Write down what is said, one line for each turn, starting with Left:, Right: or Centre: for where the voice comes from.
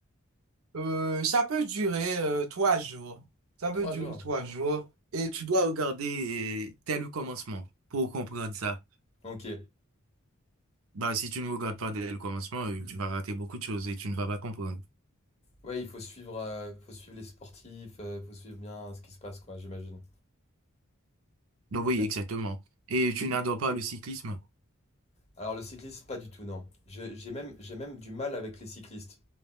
Right: Euh, ça peut durer euh, trois jours. Ça
Left: Trois
Right: peut durer
Left: jours.
Right: trois jours. Et tu dois regarder euh, dès le commencement pour comprendre ça.
Left: Ok.
Right: Bah, si tu ne regardes pas dès le commencement, euh, tu vas rater beaucoup de choses et tu ne vas pas comprendre.
Left: Ouais, il faut suivre, euh, faut suivre les sportifs, il faut suivre bien ce qui se passe, quoi, j'imagine.
Right: Donc oui,
Left: Tiens.
Right: exactement. Et tu n'adores pas le cyclisme?
Left: Alors le cycliste, pas du tout, non. Je- J'ai même, j'ai même du mal avec les cyclistes.